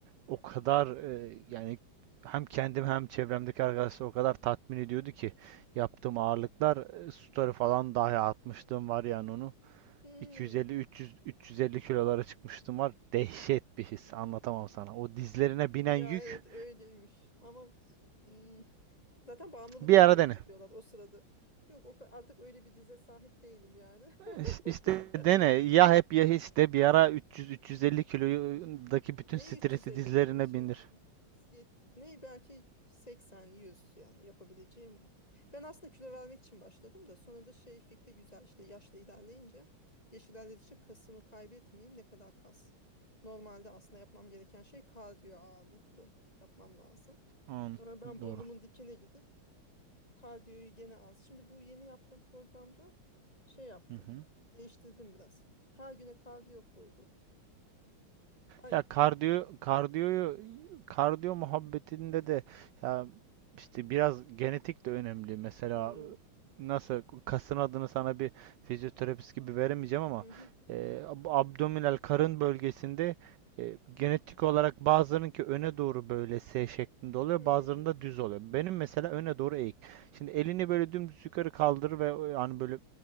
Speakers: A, on the right; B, on the left.
A: o kadar e, yani hem kendim hem çevremdeki arkadaşlar o kadar tatmin ediyordu ki yaptığım ağırlıklar e, story falan dahi atmıştım var yani onu.
B: Hı.
A: 250 300 350 kilolara çıkmıştım var. Dehşet bir his. Anlatamam sana. O dizlerine binen
B: Ya
A: yük
B: evet öyleymiş ama hı. Zaten bağımlılık
A: bir
B: yapıyorlar
A: ara dene.
B: diyorlar o sırada. Yok o ka- artık öyle bir dize sahip değilim yani. <laughs>
A: İş- İşte dene ya hep ya hiç de bir ara 300-350 kilodaki bütün
B: neyi
A: stresi
B: Ne 350
A: dizlerine
B: benim şey
A: bindir.
B: yet- ne belki 80 yüz yani yapabileceğim o. Ben aslında kilo vermek için başladım da sonra da şey fikri güzel işte yaşla ilerleyince yaş ilerledikçe kasımı kaybetmeyeyim ne kadar kas. Normalde aslında yapmam gereken şey kardiyo ağırlıklı yapmam lazım.
A: An-
B: Ama ben burnumun
A: doğru.
B: dikine gidip kardiyoyu gene az. Şimdi bu yeni yaptığım programda şey yaptım.
A: Hı hı.
B: Değiştirdim biraz. Her güne kardiyo koydum. Her,
A: Ya kardiyo kardiyoyu kardiyo muhabbetinde de ya işte biraz genetik de önemli. Mesela
B: Hmm,
A: nasıl kasın adını sana bir fizyoterapist gibi veremeyeceğim ama
B: hı hı,
A: e, ab- abdominal karın bölgesinde e, genetik olarak bazılarınınki öne doğru böyle S şeklinde oluyor,
B: hmm.
A: bazılarında düz oluyor. Benim mesela öne doğru eğik. Şimdi elini böyle dümdüz yukarı kaldır ve yani böyle